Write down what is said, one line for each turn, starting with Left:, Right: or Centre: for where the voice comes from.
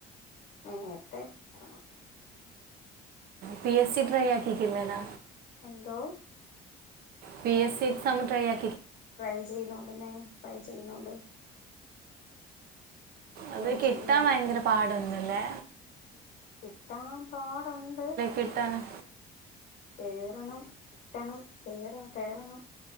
Left: നേരത്തെ എറങ്ങും
Right: പി എസ് സി ട്രൈ ആക്കിക്കില്ലേനാ?
Left: എന്തോ?
Right: P S C exam try ആ
Left: ട്രൈ ചെയ്തോണ്ടുന്നേ ട്രൈ ചെയ്യുന്നോണ്ട്
Right: അത്
Left: ട്രൈ
Right: കിട്ടാ
Left: ചെയ്യുന്നുണ്ട്
Right: ഭയങ്കര പാ ടന്നല്ലേ
Left: കിട്ടാൻ പാടൊണ്ട്
Right: കിട്ടാൻ
Left: കേറണം കിട്ടണം കേറണം